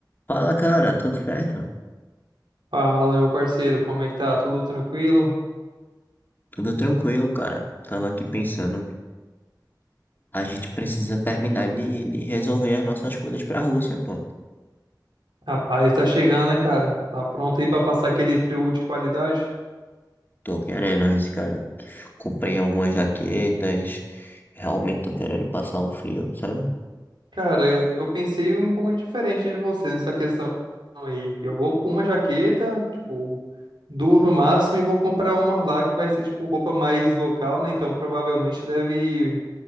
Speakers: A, on the left (about 25°); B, on the right (about 85°).
A: Fala, cara, tudo certo?
B: Fala, meu parceiro, como é que tá? Tudo tranquilo?
A: Tudo tranquilo, cara. Tava aqui pensando, a gente precisa terminar de, de resolver as nossas coisas pra Rússia, pô.
B: Rapaz, tá chegando, né, cara? Tá pronto aí pra passar aquele frio de qualidade?
A: Tô querendo isso, cara. Comprei algumas jaquetas, realmente tô querendo passar um frio, sabe?
B: Cara, eu pensei um pouco diferente de você nessa questão aí. Eu vou com uma jaqueta, tipo, duas no máximo, e vou comprar uma lá que vai ser, tipo, roupa mais local, né? Então provavelmente deve,